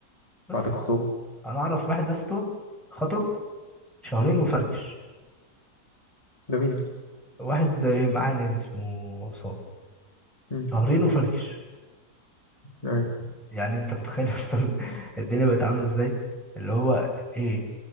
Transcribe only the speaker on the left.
بعد الخطوبة
مم.
ده مين ده
مم.
أيوة. يا